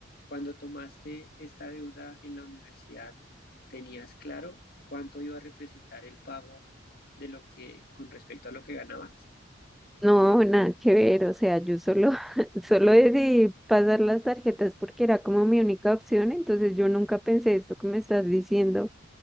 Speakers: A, on the left; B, in the centre.
A: Cuando tomaste esta deuda en la universidad, ¿tenías claro cuánto iba a representar el pago de lo que con respecto a lo que ganabas?
B: No, nada que ver, o sea, yo solo, <laughs> solo decidí pasar las tarjetas porque era como mi única opción, entonces yo nunca pensé esto que me estás diciendo.